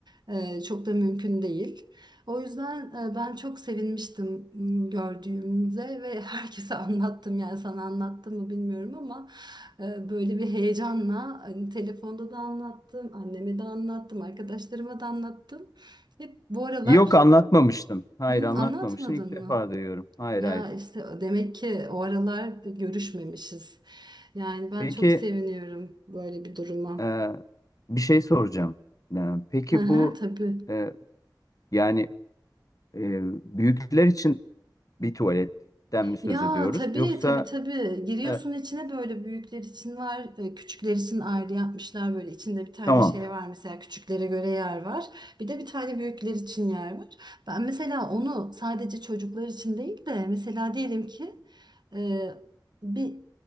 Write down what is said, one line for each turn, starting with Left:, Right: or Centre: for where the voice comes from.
Right: e, çok da mümkün değil. O yüzden e, ben çok sevinmiştim m, gördüğümde ve herkese <laughs> anlattım yani sana anlattım mı bilmiyorum ama e, böyle bir heyecanla hani telefonda da anlattım, anneme de anlattım, arkadaşlarıma da anlattım. Hep bu aralar
Left: Yok anlatmamıştın. Hayır
Right: Hmm,
Left: anlatmamıştın.
Right: anlatmadın
Left: İlk defa
Right: mı?
Left: duyuyorum. Hayır
Right: Ya
Left: hayır.
Right: işte demek ki o aralar bir görüşmemişiz. Yani ben
Left: Peki
Right: çok seviniyorum böyle bir duruma.
Left: e, bir şey soracağım. E, peki
Right: Hı hı,
Left: bu
Right: tabii.
Left: e, yani e, büyükler için bir tuvaletten mi söz
Right: Ya
Left: ediyoruz?
Right: tabii
Left: Yoksa
Right: tabii tabii giriyorsun
Left: e,
Right: içine böyle büyükler için var e, küçükler için ayrı yapmışlar böyle içinde bir tane
Left: tamam.
Right: şey var mesela küçüklere göre yer var bir de bir tane büyükler için yer var. Ben mesela onu sadece çocuklar için değil de mesela diyelim ki e, bir